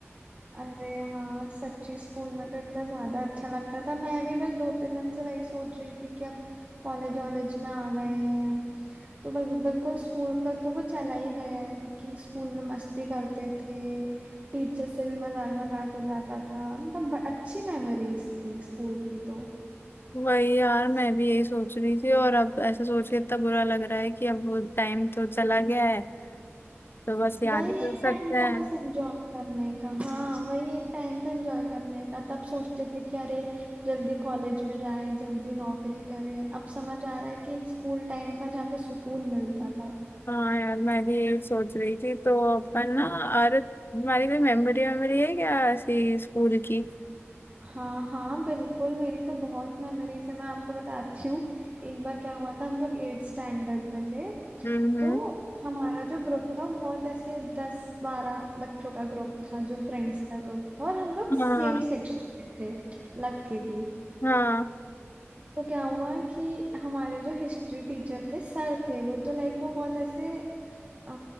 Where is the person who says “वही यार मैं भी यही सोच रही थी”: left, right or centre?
Left